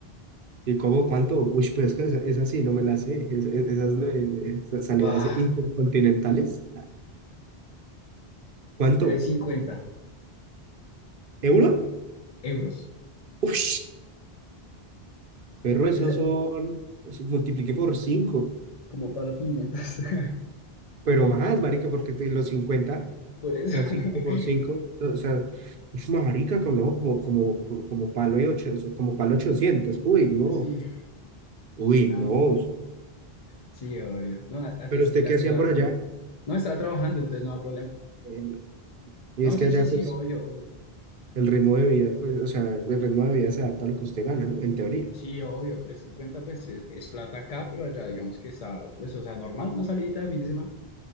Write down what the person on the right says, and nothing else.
¿Y cómo? ¿Cuánto? Uy, pero es que esa, esa sí, no me la sé. Es- es- esas de, de sa- salidas
intercontinentales. ¿Cuánto?
¿Euro?
Uy, perro,
esos son, eso multipliqué por 5
pero más, marica, porque te- los cincuenta
o sea, 5 por
cinco o sea, ush, marica, como, no, como, como, como palo y ocho, o sea, como palo ochocientos Uy, no,
uy,
no.
Pero
usted,
¿qué hacía
por
allá?
Eh, y
es
que allá,
pues,
El ritmo de vida, pues, o sea, el ritmo de vida se adapta a lo que usted gana, ¿no? En teoría.